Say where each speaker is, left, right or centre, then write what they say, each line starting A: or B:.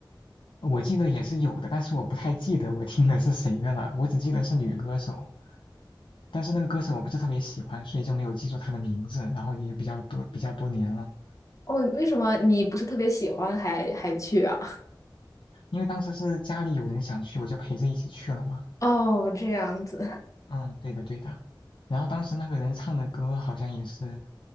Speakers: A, on the left; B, on the left.
A: 我记得也是有的，但是我不太记得我听的是谁的了，我只记得是女歌手。但是那个歌手我不是特别喜欢，所以就没有记住她的名字，然后也比较多比较多年了。
B: 哦，为什么你不是特别喜欢还还去啊？
A: 因为当时是家里有人想去，我就陪着一起去了嘛。
B: <laughs> 哦，这样子。
A: 嗯，对的对的。然后当时那个人唱的歌好像也是。